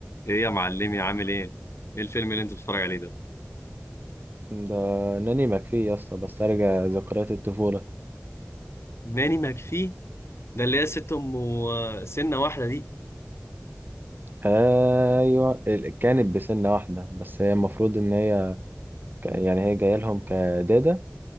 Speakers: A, on the left; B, on the right.
A: ايه يا معلمي عامل ايه؟ ايه الفيلم اللي انت بتتفرج عليه ده؟
B: ده ناني مكفي يا اسطى بسترجع ذكريات الطفولة
A: ناني ماكفي ده اللي هي ست ام وسنه واحده دي
B: ايوه ال- كانت بسن واحدة بس هي المفروض ان هي ك- يعني هي جاية لهم كدادة